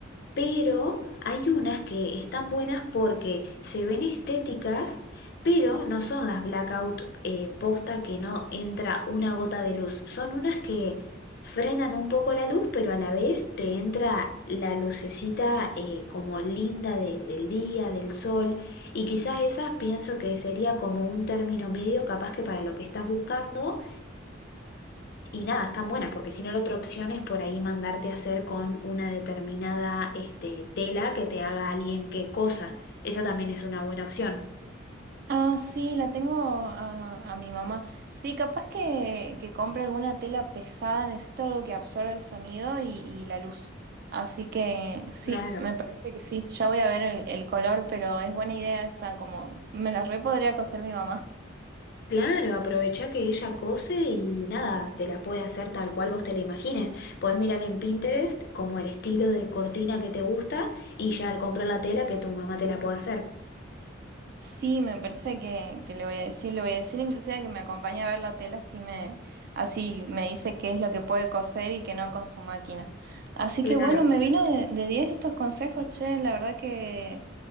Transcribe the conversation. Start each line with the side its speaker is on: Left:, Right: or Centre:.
Left: pero hay unas que están buenas porque se ven estéticas, pero no son las blackout eh, posta que no entra una gota de luz. Son unas que frenan un poco la luz, pero a la vez te entra la lucecita eh, como linda de- del día, del sol, y quizás esas pienso que sería como un término medio capaz que para lo que estás buscando. Y nada, están buenas, porque si no la otra opción es por ahí mandarte a hacer con una determinada este, tela que te haga alguien que cosa. Esa también es una buena opción.
Right: Ah, sí, la tengo a, a mi mamá. Sí, capaz que, que compre alguna tela pesada, necesito algo que absorba el sonido y, y la luz. Así que sí,
Left: Claro.
Right: me parece que sí. Ya voy a ver el, el color, pero es buena idea esa, como me la re podría coser mi mamá.
Left: Claro, aprovecha que ella cose y nada, te la puede hacer tal cual vos te la imagines. Podés mirar en Pinterest como el estilo de cortina que te gusta y ya al comprar la tela que tu mamá te la pueda hacer.
Right: Sí, me parece que, que le voy a decir, le voy a decir inclusive que me acompañe a ver la tela, así me, así me dice qué es lo que puede coser y que no con su máquina. Así
Left: Claro.
Right: que bueno, me vino de, de 10 estos consejos, che, la verdad que,